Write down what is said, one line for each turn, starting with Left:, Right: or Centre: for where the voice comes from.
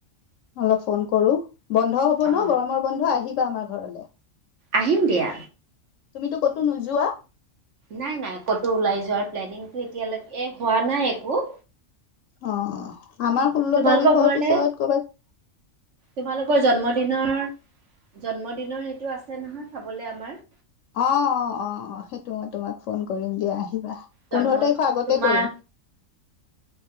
Left: অলপ ফোন কৰো বন্ধ হব ন
Right: অ
Left: গৰমৰ বন্ধ আহিবা, আমাৰ ঘৰলৈ।
Right: আহিম দিয়া।
Left: তুমিতো কতো নোযোৱা
Right: নাই নাই ক'তো ওলাই যোৱাৰ প্লেনিংটো এতিয়ালৈকে হোৱা নাই একো
Left: অ আমাৰ ষোল্ল
Right: তোমালোকৰ
Left: তাৰিখৰ
Right: ঘৰলে
Left: পিছত ক'বাত
Right: তোমালোকৰ জন্মদিনৰ জন্মদিনৰ সেইটো আছে নহয় খাবলে আমাৰ
Left: অ অ অ অ সেইটো মই তোমাক ফোন কৰিম দিয়া আহ
Right: জন্মত
Left: পোন্ধৰ তাৰিখৰ আগতে
Right: তোমাৰ
Left: কৰিম